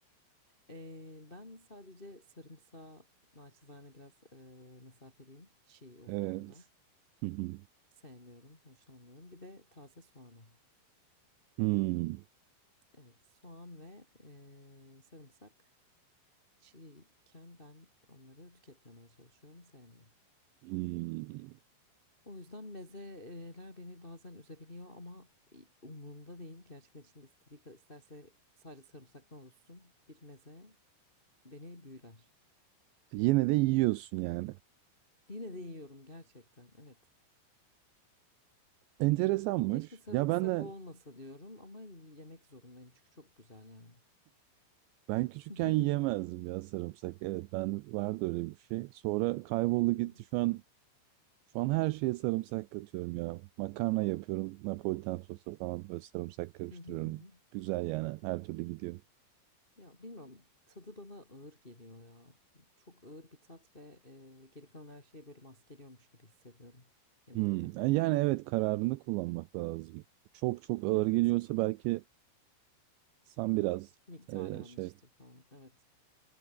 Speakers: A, on the left; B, on the right.
A: Ee, ben sadece sarımsağı naçizane biraz e, mesafeliyim çiğ olduğunda.
B: Evet. Hı hı.
A: Sevmiyorum, hoşlanmıyorum. Bir de taze soğana.
B: Hmm.
A: Evet, soğan ve eee, sarımsak çiğken ben onları tüketmemeye çalışıyorum, sevmiyorum.
B: Hmm.
A: O yüzden mezeler beni bazen üzebiliyor ama umurumda değil. Gerçekten içinde istediği kadar isterse sadece sarımsaktan oluşsun. Bir meze beni büyüler.
B: Yine de yiyorsun yani.
A: Yine de yiyorum gerçekten, evet.
B: Enteresanmış.
A: Keşke sarımsak
B: Ya ben de
A: olmasa diyorum ama yemek zorundayım çünkü çok güzel yani.
B: ben küçükken
A: <laughs>
B: yiyemezdim ya sarımsak. Evet ben vardı öyle bir şey. Sonra kayboldu
A: Hı hı,
B: gitti şu an Şu an her şeye sarımsak katıyorum ya. Makarna yapıyorum. Napolitan sosu falan böyle sarımsak karıştırıyorum.
A: hı hı, hı hı.
B: Güzel yani. Her türlü gidiyor.
A: Ya bilmiyorum tadı bana ağır geliyor ya. Çok ağır bir tat ve e, geri kalan her şeyi böyle maskeliyormuş gibi hissediyorum yemekte.
B: Hmm. Yani evet kararını kullanmak lazım. Çok çok ağır
A: Evet
B: geliyorsa belki sen biraz
A: miktar
B: e,
A: yanlıştır
B: şey.
A: falan evet.